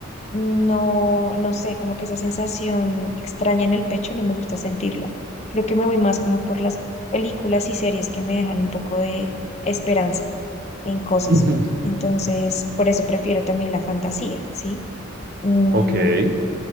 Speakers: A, on the left; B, on the right.
A: no, no sé, como que esa sensación extraña en el pecho no me gusta sentirla. Creo que me voy más como por las películas y series que me dejan un poco de esperanza en cosas.
B: <laughs>
A: Entonces, por eso prefiero también la fantasía, ¿sí? Mm,
B: Ok, ey,